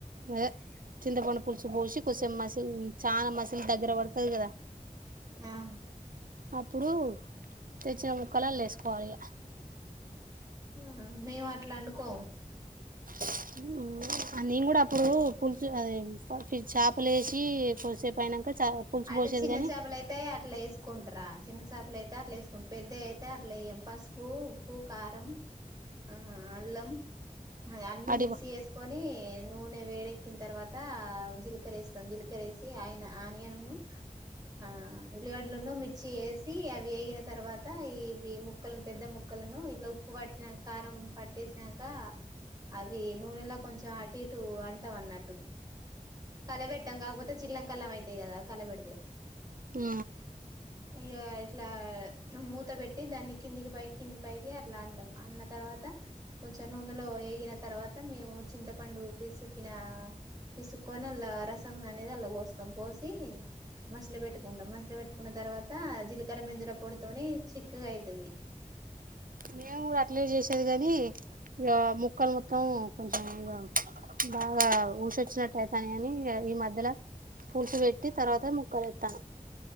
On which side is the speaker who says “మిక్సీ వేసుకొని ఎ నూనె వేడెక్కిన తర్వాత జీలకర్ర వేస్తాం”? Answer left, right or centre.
Right